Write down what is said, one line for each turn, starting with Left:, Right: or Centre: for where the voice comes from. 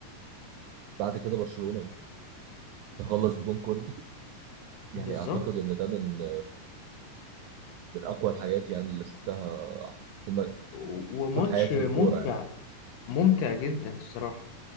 Right: بعد كده برشلونة تخلص بجون كوندي يعني
Left: بالظبط
Right: اعتقد ان ده من من اقوى الحاجات يعني اللي شفتها في الم- في
Left: و- وماتش
Right: طول حياتي
Left: ممتع
Right: في الكورة يعني
Left: ممتع جدا الصراحة